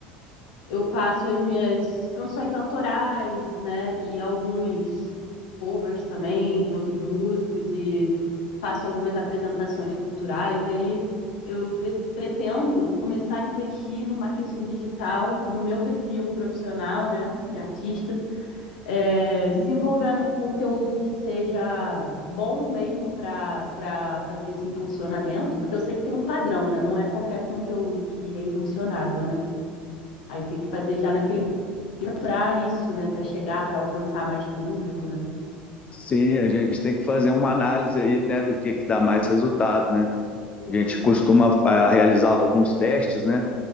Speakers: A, on the left; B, on the left.
A: Eu faço as minhas canções autorais, né? E alguns covers também de outros músicos e faço algumas apresentações culturais. E aí eu pre- pretendo começar a investir no marketing digital, no meu perfil profissional, né? De artista, é, desenvolvendo um conteúdo que seja bom mesmo para para fazer esse impulsionamento, porque eu sei que tem um padrão, né? Não é qualquer conteúdo que é impulsionável, né? Aí tem que fazer já naquele para isso, né? Para chegar, para alcançar mais público, né?
B: Sim, a gente tem que fazer uma análise aí, né, do que que dá mais resultado, né?
A: Uhum.
B: A gente costuma ah, realizar alguns testes, né?